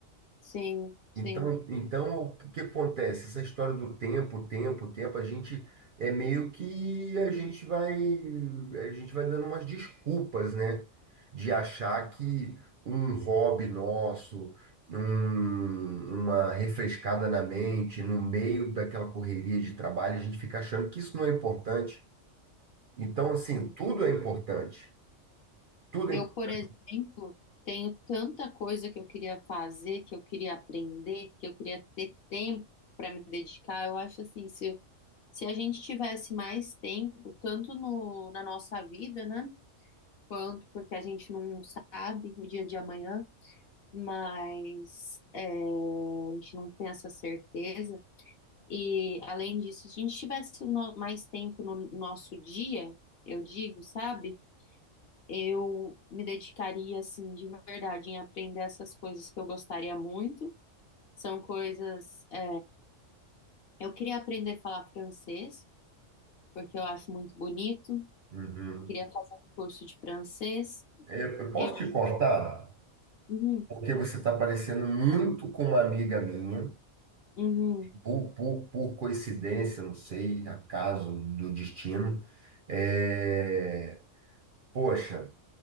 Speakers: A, on the left; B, on the right.
A: Sim, sim.
B: Então, então, o que que acontece? Essa história do tempo, tempo, tempo, a gente é meio que a gente vai a gente vai dando umas desculpas, né? De achar que um hobby nosso, um- uma refrescada na mente, no meio daquela correria de trabalho, a gente fica achando que isso não é importante. Então, assim,
A: Uhum.
B: tudo é importante. Tudo
A: Eu,
B: é importante.
A: por exemplo, tenho tanta coisa que eu queria fazer, que eu queria aprender, que eu queria ter tempo para me dedicar. Eu acho assim, se, se a gente tivesse mais tempo, tanto no, na nossa vida, né? Quanto porque a gente não sabe o dia de amanhã, mas é, a gente não tem essa certeza. E além disso, se a gente tivesse no- mais tempo no nosso dia, eu digo, sabe? eu me dedicaria, assim, de verdade, em aprender essas coisas que eu gostaria muito. São coisas. é, eu queria aprender a falar francês, porque eu acho muito bonito.
B: Uhum.
A: Eu queria fazer um curso de francês.
B: É, Eu posso
A: Eu.
B: te cortar?
A: Uhum,
B: Porque você está parecendo muito com uma amiga minha.
A: uhum,
B: por, por, por coincidência, não sei, acaso do destino. É... Poxa,